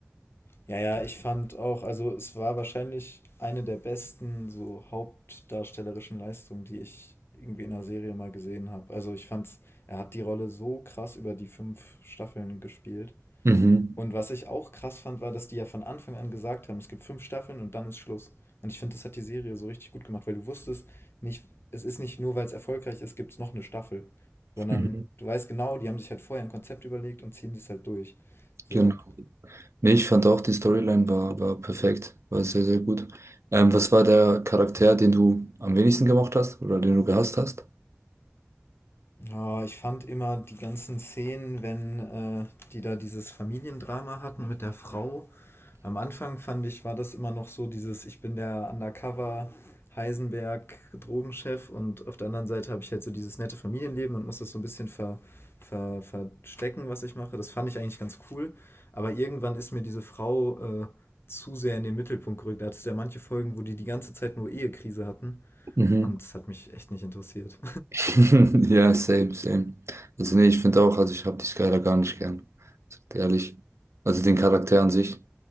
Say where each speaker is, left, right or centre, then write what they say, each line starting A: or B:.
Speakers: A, on the left; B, on the right.
A: Ja, ja, ich fand auch, also es war wahrscheinlich eine der besten so hauptdarstellerischen Leistungen, die ich irgendwie in einer Serie mal gesehen habe. Also ich fand's, er hat die Rolle so krass über die fünf Staffeln gespielt.
B: Mhm.
A: Und was ich auch krass fand, war, dass die ja von Anfang an gesagt haben, es gibt fünf Staffeln und dann ist Schluss. Und ich finde, das hat die Serie so richtig gut gemacht, weil du wusstest nicht, es ist nicht nur, weil es erfolgreich ist, gibt es noch eine Staffel, sondern
B: Mhm.
A: du weißt genau, die haben sich halt vorher ein Konzept überlegt und ziehen das halt durch. So.
B: Genau. Nee, ich fand auch, die Storyline war, war perfekt, war sehr, sehr gut. Ähm, was war der Charakter, den du am wenigsten gemocht hast oder den du gehasst hast?
A: Ja, ich fand immer die ganzen Szenen, wenn äh, die da dieses Familiendrama hatten mit der Frau. Am Anfang fand ich, war das immer noch so dieses, ich bin der Undercover Heisenberg Drogenchef und auf der anderen Seite habe ich halt so dieses nette Familienleben und muss das so ein bisschen ver, ver, verstecken, was ich mache. Das fand ich eigentlich ganz cool. Aber irgendwann ist mir diese Frau äh, zu sehr in den Mittelpunkt gerückt. Da hat es ja manche Folgen, wo die die ganze Zeit nur Ehekrise hatten
B: Mhm.
A: und es hat mich echt nicht interessiert.
B: <laughs> Ja, same, same. Also nee, ich finde auch, also ich habe die Skylar gar nicht gern. Sag dir Ehrlich. Also den Charakter an sich.